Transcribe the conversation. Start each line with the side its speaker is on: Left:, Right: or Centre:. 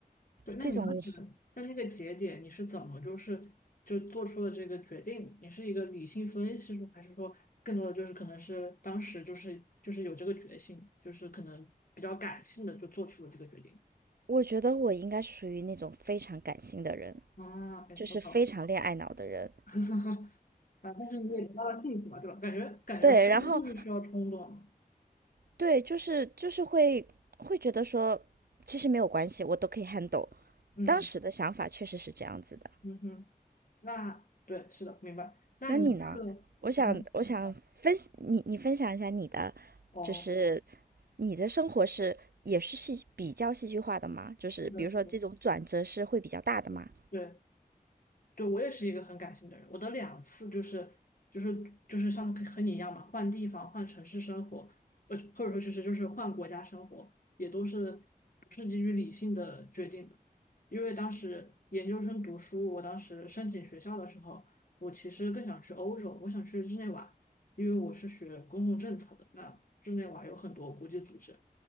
Left: 对。那你当时在那个节点，
Right: 这种，
Left: 你是怎么就是就做出了这个决定？你是一个理性分析出，还是说更多的就是可能是当时就是就是有这个决心，就是可能比较感性的就做出了这个决定？
Right: 我觉得我应该是属于那种非常感性的人，
Left: 啊，哎，
Right: 就是非常恋爱脑的人。
Left: 我懂。<laughs> 啊，但是你也得到了幸福嘛，对吧？感觉感觉婚姻就是需要冲动的。
Right: 对，然后对，就是就是会会觉得说，其实没有关系，我都可以 handle。
Left: 嗯
Right: 当时的想法确实是这样子的。
Left: 嗯哼，那对，是的，明白。那你去了加拿大
Right: 那你呢？我想我想分你你分享一下你的，
Left: 哦，
Right: 就是你的生活是也是戏比较戏剧化的吗？就是比如说这种转折是会比较大的吗？
Left: 是的，是的，对，对，就我也是一个很感性的人，我的两次就是就是就是像和你一样嘛，换地方、换城市生活，呃，或者说就是就是换国家生活，也都是基于理性的决定的。因为当时研究生读书，我当时申请学校的时候，我其实更想去欧洲，我想去日内瓦，因为我是学公共政策的，那日内瓦有很多国际组织，